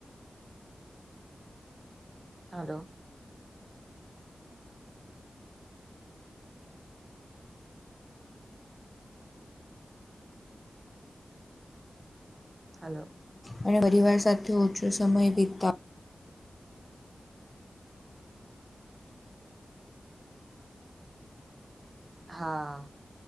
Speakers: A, on the right; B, on the left.
A: હલોો હલો
B: અને પરિવાર સાથે ઓછો સમય વીતતા
A: હા